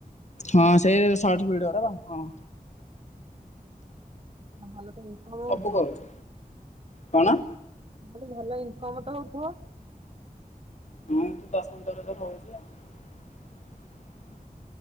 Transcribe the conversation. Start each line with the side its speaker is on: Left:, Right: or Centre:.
Left: ହଁ ସେଇ ସର୍ଟ ଭିଡିଓ ଗୁଡାକ ହଁ।
Right: ଆ ଭଲ ତ ଇନ୍ କମ
Left: ସବୁ
Right: ହଉଥିବ?
Left: କରୁଛି କଣ?
Right: ମୁଁ କହିଲି ଭଲ ଇନକମ ତ ହଉଥିବ?
Left: ହୁଁ ଦଶ ପନ୍ଦର ହଜାର ହଉଚି ଆଉ।